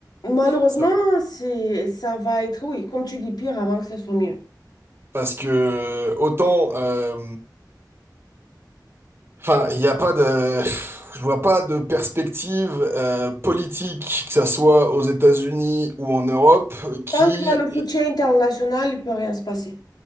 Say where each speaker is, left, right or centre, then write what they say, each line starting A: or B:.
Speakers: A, on the left; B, on the right.
A: Malheureusement,
B: Ça-
A: c'est, ça va être, oui, comme tu dis, pire avant que ça soit mieux.
B: parce que autant euh, enfin, il n'y a pas de je vois pas de perspective euh, politique que ça soit aux États-Unis ou en Europe qui
A: Tant qu'il y a le soutien international, il ne peut rien se passer.